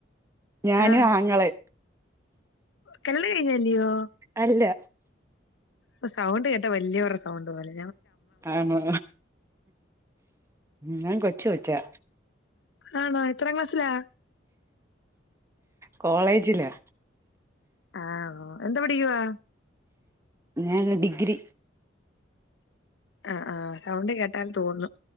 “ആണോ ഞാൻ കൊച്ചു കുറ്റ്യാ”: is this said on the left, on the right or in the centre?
Right